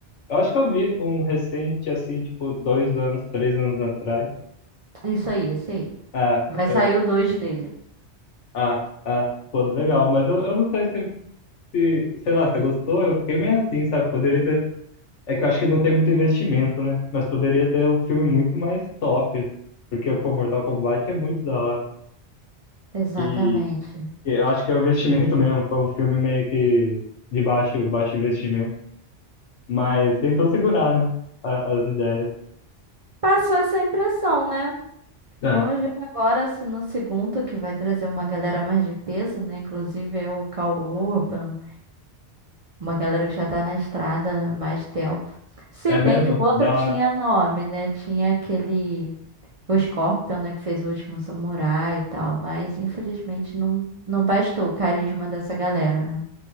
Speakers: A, on the left; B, on the right.
A: Eu acho que eu vi um recente, assim, tipo, dois anos, três anos atrás.
B: Isso aí, esse aí.
A: Ah,
B: Vai
A: eu,
B: sair o 2 dele.
A: ah, ah, pô, legal, mas eu, eu não sei se se, sei lá, você gostou? Eu fiquei meio assim, sabe? Poderia ter. É que eu acho que não tem muito investimento, né? Mas poderia ter um filme muito mais top. Porque, pô, Mortal Kombat é muito da hora.
B: Exatamente.
A: E e eu acho que é o investimento <laughs> mesmo. Foi um filme meio que de baixo, baixo investimento. Mas tentou segurar, né? a- As ideias.
B: Passou essa impressão, né?
A: Ah,
B: Vamos ver agora se no segundo, que vai trazer uma galera mais de peso, né? Inclusive é o Cal Urban. Uma galera que já tá na estrada há mais tempo. Se
A: é
B: bem
A: mesmo?
B: que o outro
A: Da
B: tinha
A: hora.
B: nome, né? Tinha aquele. O Scorpion, né? Que fez o último samurai e tal. Mas infelizmente não, não bastou o carisma dessa galera, né?